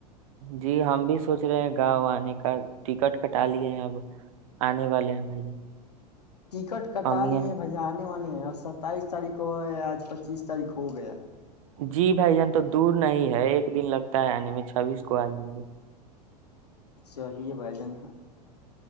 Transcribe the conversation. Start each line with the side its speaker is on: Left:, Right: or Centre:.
Right: جی ہم بھی سوچ گاؤ انے کا ٹکٹ کٹا لیے ہیں اب انے والے ہیں بھائی جان
Left: ٹکٹ کٹا
Right: امی
Left: لیے بھائی جان ستائیس تاریخ کو ہے اج پچیس تاریخ ہو گیا
Right: جی بھائی جان تو دور نہیں ہے ایک دن لگتا ہے یعنی میں چھبیسکو ا جائیں گے
Left: چلیے بھائی جان